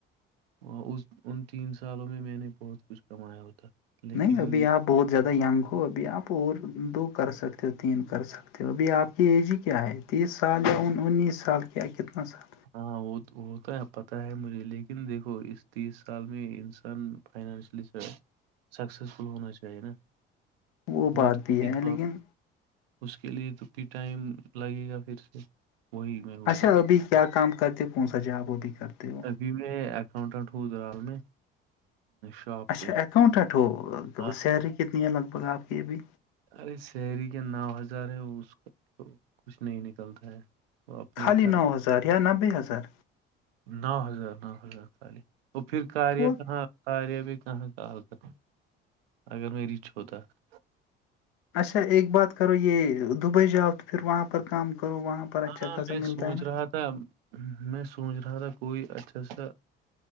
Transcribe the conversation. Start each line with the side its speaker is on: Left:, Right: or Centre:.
Right: اور اس ان تین سالوں میں میں نے بہت کچھ کمایا ہوتا لیکن
Left: نہیں ابھی
Right: یہ-
Left: آپ بہت زیادہ ینگ ہو ابھی آپ اور دو کر سکتے ہو تین کر سکتے ابھی آپ کی ایج ہی کیا ہے تیس سال یا انیس سال کیا کتنا سال
Right: ہاں وہ وہتا ہے پتاہ ہے مجھے لیکن دیکھو اس تیس سال میں انسان فائنشلی س سکسسفل ہونا چاہیے نا
Left: وہ بات
Right: تو
Left: بھی
Right: ٹھیک
Left: ہے لیکن
Right: آپ اس کے لیے تو بھی ٹائم لگے گا پھر سے وہی میں بول
Left: اچھا
Right: رہا
Left: ابھی کیا کام کرتے ہو کون سا جاب ابھی کرتے ہو
Right: ابھی میں اکاؤنٹنٹ ہوں دلال میں شاپ
Left: اچھا
Right: پہ
Left: اکاؤنٹنٹ ہو
Right: آہ،
Left: سیلری کتنی ہے لگ بھگ آپ کی ابھی
Right: ارے سیری کا نو ہزار ہے اس کا تو کچھ نہیں نکلتا ہے وہ اپنے
Left: خالی
Right: گھر
Left: نو ہزار یا نبے ہزار
Right: نو ہزار نو ہزار خالی اور پھر کا
Left: وہ
Right: یہ کہاں ساریا پ کہاں کال کر اگر مریچھ ہوتا <unintelligible>
Left: اچھا ایک بات کرو یہ دبئی جاؤ تو پھر وہاں پر کام کرو وہاں پر اچھا
Right: ہاں
Left: خاصا
Right: میں
Left: ملتا
Right: سوچ
Left: ہے نا
Right: رہا تھا میں سوچ رہا تھا کوئی اچھا سا